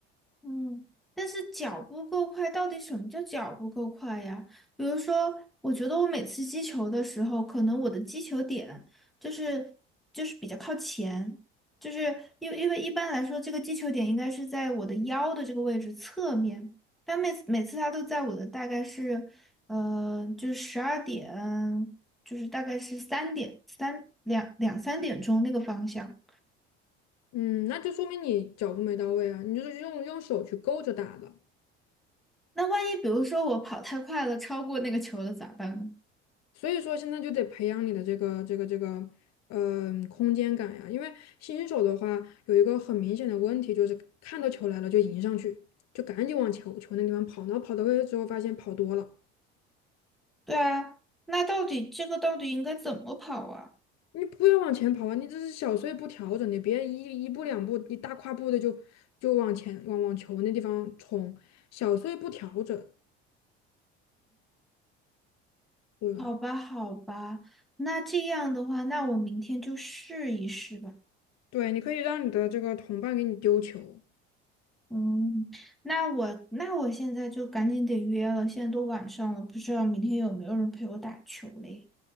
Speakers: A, in the centre; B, on the left (about 50°).
A: 嗯，但是脚步够快，到底什么叫脚步够快呀？比如说，我觉得我每次击球的时候，可能我的击球点就是就是比较靠前，就是因为因为一般来说，这个击球点应该是在我的腰的这个位置侧面，但每次每次它都在我的大概是呃，就是十二点，就是大概是三点三两两三点钟那个方向。
B: 嗯，那就说明你脚步没到位啊，你就是用用手去勾着打的，
A: 那万一比如说我跑太快了，超过那个球了咋办呢？
B: 所以说现在就得培养你的这个这个这个，嗯、空间感呀，因为新手的话有一个很明显的问题就是看到球来了就迎上去，就赶紧往球球那地方跑，然后跑到位之后发现跑多了，
A: 对啊，那到底这个到底应该怎么跑啊？
B: 你不要往前跑啊，你这是小碎步调整，你别一一步两步，你大跨步的就就往前往往球那地方冲，小碎步调整，对吧？
A: 好吧，好吧，那这样的话，那我明天就试一试吧。
B: 对，你可以让你的这个同伴给你丢球。
A: 嗯，那我那我现在就赶紧得约了，现在都晚上了，不知道明天有没有人陪我打球嘞？